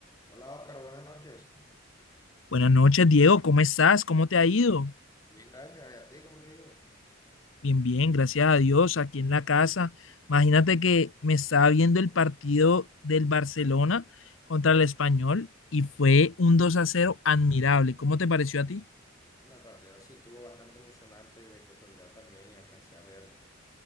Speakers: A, on the left; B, on the left.
A: Hola Oscar, buenas noches.
B: Buenas noches, Diego. ¿Cómo estás? ¿Cómo te ha ido?
A: Bien, gracias. ¿Y a ti cómo te digo?
B: Bien, bien, gracias a Dios, aquí en la casa. Imagínate que me estaba viendo el partido del Barcelona contra el Español y fue un 2 a 0 admirable. ¿Cómo te pareció a ti?
A: Bueno, el partido sí estuvo bastante emocionante. De casualidad también y alcancé a ver